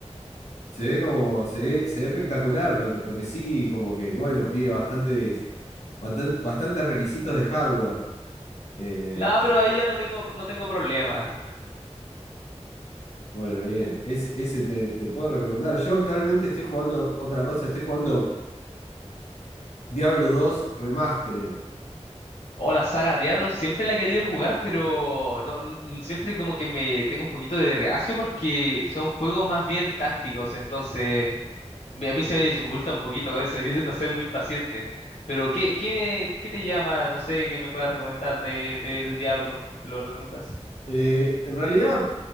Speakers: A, on the left; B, on the left.
A: Se ve como, se ve, se ve espectacular, lo que, lo que sí, como que, bueno, pide bastantes, bastan- bastantes requisitos de hardware. Eh,
B: No, pero ahí ya no tengo, no tengo problema.
A: Bueno, bien. Es- ese te, te puedo recomendar. Yo actualmente estoy jugando otra cosa, estoy jugando Diablo 2 Remastered.
B: Oh, la saga Diablo siempre la he querido jugar, pero no, n- siempre como que me tengo un poquito de reacio porque son juegos más bien tácticos, entonces A mí se me dificulta un poquito eso, <laughs> yo no soy muy paciente. Pero ¿qué, qué me, qué te llama? No sé, ¿qué me puedas recomendar de, del Diablo? ¿Que lo recomiendas?
A: Eh, en realidad,